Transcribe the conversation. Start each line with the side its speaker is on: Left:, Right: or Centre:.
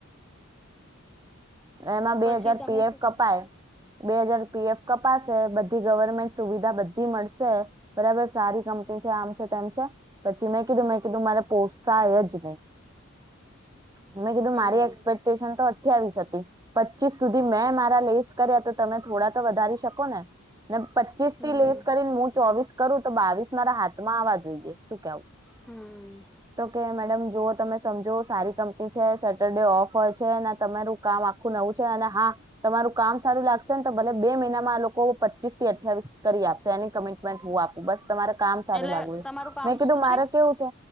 Right: <inaudible> તો એમાં બે
Centre: પછી
Right: હજાર
Centre: તમે
Right: પી એફ
Centre: શું
Right: કપાય,
Centre: કશો
Right: બે હજાર પી એફ કપાશે બધી ગવર્મેન્ટ સુવિધા બધી મળશે બરાબર સારી કંપની છે આમ છે, તેમ છે પછી મેં કીધું મેં કીધું મારે પોસાય જ નહીં. મેં કીધું
Centre: હમ
Right: મારી એક્સપેક્ટેશન તો અઠયાવીસ હતી. પચીસ સુધી મેં મારા લેસ કર્યા તો તમે થોડા તો વધારી શકો ને ને ચિસ્તી
Centre: હમ
Right: લેસ કરીને હું ચોવીસ કરું તો બાવીસ મારા હાથમાં આવવા જોઈએ, શું કેવું
Centre: હમ્મ
Right: તો કે મેડમ જો તમે સમજો સારી કંપની છે, સેટરડે ઓફ હોય છે તમારું કામ આખું નવું છે અને હા તમારું કામ સારું લાગશે ને તો ભલે બે મહિનામાં આ લોકો પચીસ થી અઠ્યાવીસ કરી આપશે એની કમિટમેન્ટ હું આપું બસ, તમારે કામ સારું
Centre: એટલે
Right: લાગું
Centre: તમારું કામ
Right: મેં કીધું
Centre: શું છે
Right: મારે કેવું છે